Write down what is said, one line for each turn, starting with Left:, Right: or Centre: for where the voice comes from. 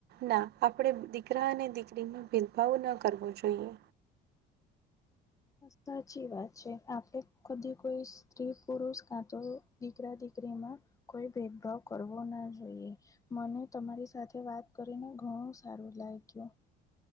Right: ના આપણેે દીકરા અને દીકરીમાં ભેદભાવ ના કરવો જોઈએ.
Left: સાચી વાત છે આપે કદી કોઈ સ્ત્રી પુરુષ કાં તો દીકરા દીકરીમાં કોઈ ભેદભાવ કરવો ના જોઈએ મને તમારી સાથે વાત કરીને ઘણું સારું લાગ્યું.